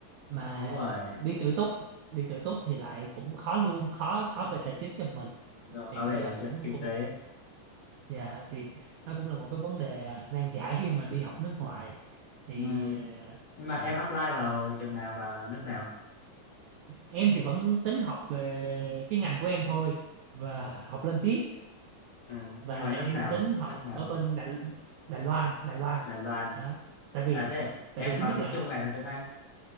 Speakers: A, on the right (about 85°); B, on the left (about 65°).
A: mà
B: đúng rồi
A: đi tự túc, đi tự túc thì lại cũng khó luôn, khó khó về tài chính cho mình.
B: nó khá
A: Thì bây
B: về
A: giờ
B: chuyện
A: cũng
B: kinh
A: cũng
B: tế
A: dạ thì nó cũng là một cái vấn đề à, nan giải khi mà đi học nước ngoài. Thì
B: ừ.
A: ờ,
B: nhưng mà em
A: dạ.
B: apply vào trường nào và nước nào
A: Em thì vẫn tính học về cái ngành của em thôi và học lên tiếp
B: ừ.
A: và
B: nhưng mà nước
A: em
B: nào
A: tính học
B: nước nào
A: ở bên Đài, Đài Loan Đài Loan
B: Đài Loan
A: đó tại vì
B: À thế em
A: tại vì thứ
B: nói
A: nhất
B: tiếng
A: là
B: Trung hay nói tiếng Anh?